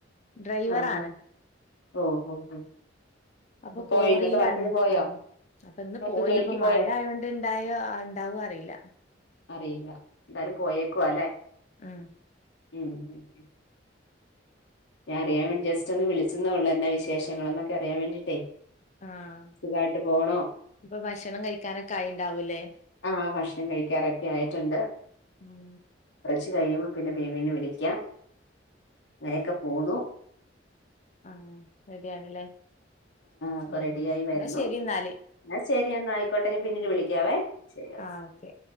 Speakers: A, on the left; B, on the left.
A: ഡ്രൈവറാണ്
B: ആഹ് ഹഹ് ഓ ഹഓ ഹ.
A: അപ്പൊ
B: ഇപ്പോപോയോ
A: കോറിയിലാണ്
B: ഇന്നത്തെ വർക്കന് പോയോ.
A: ആഹ് അപ്പൊ ഇന്ന്
B: ഇന്നത്തെ
A: പോയിന
B: ജോലിക്ക്
A: ഇപ്പ മഴ
B: പോയോ
A: ആയോണ്ട് ഇണ്ടായോ ഇണ്ടാവ അറീല.
B: അറിയില്ല എന്താലും പോയേക്കുവ അല്ലേ
A: ഉം
B: ഉം ഉ ഉ ഞാൻ അറിയൻ വേണ്ടി ജസ്റ്റ് ഒന്ന് വിളിച്ചതേള്ള എന്നാ വിശേഷങ്ങൾ എന്നൊക്കെറിയാൻ വേണ്ടിയിട്ടേ
A: ആഹ്
B: സുഖായിട്ട് പോണോ
A: ഇപ്പൊ ഭക്ഷണം കഴിക്കാനൊക്കെ ആയിണ്ടാവൂലേ
B: ആ ഭക്ഷണം കഴിക്കാറൊക്കെ ആയിട്ടുണ്ട്
A: ഉം.
B: ച്ച്കയുംമ്പോ പിന്നെ ബേബിനെ വിളിക്കാം ങ്ങനെയക്കെ. ഒ.
A: ആഹ റെഡിയണ്ലെ.
B: അപ്പൊ
A: ഉ
B: റെഡിയായി
A: എന്നാ
B: വരുന്നു
A: ശരി എന്നാല്േ
B: എന്നാ ശരി എന്നാ ആയിക്കോട്ടെ ഞാൻ പിന്നീട് വിളിക്കാവേ ശരി
A: ആ ഓക്കെ